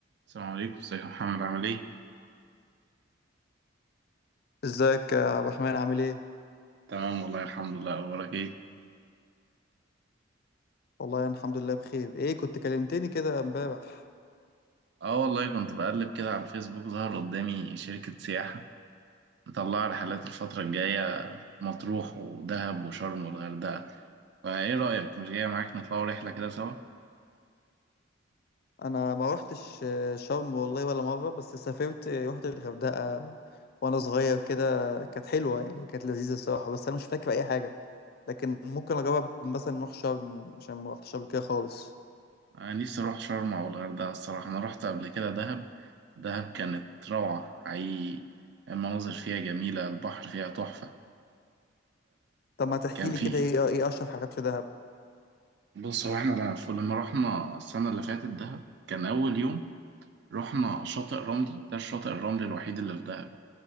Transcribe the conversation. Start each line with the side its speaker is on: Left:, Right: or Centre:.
Right: السلام عليكم ازيك يا محمد عامل ايه؟
Left: ازيك يا عبد الرحمن عامل ايه؟
Right: تمام والله الحمد لله اخبارك ايه؟
Left: والله انا الحمد لله بخير ايه كنت كلمتني كده امبارح
Right: اه والله كنت بقلب كده على الفيسبوك ظهر قدامي شركة سياحة مطلعة رحلات الفترة الجاية مطروح ودهب وشرم والغردقة فايه رأيك مش جاية معاك نطلعوا رحلة كده سوا؟
Left: انا ما روحتش آه، شرم والله ولا مرة بس سافرت آه، روحت الغردقة وانا صغير كده كانت حلوة يعني كانت لذيذة الصراحة بس انا مش فاكر اي حاجة لكن ممكن اجرب مثلا نروح شرم عشان ما روحتش قبل كده خالص
Right: انا نفسي اروح شرم او الغردقة الصراحة انا رحت قبل كده دهب دهب كانت روعة حقيقي المناظر فيها جميلة البحر فيها تحفة
Left: طب ما تحكي
Right: كان
Left: لي
Right: في
Left: كده ايه ايه اشهر حاجات في دهب
Right: بص هو احنا لما لما رحنا السنة اللي فاتت دهب كان أول يوم رحنا شاطئ رملي ده الشاطئ الرملي الوحيد اللي في دهب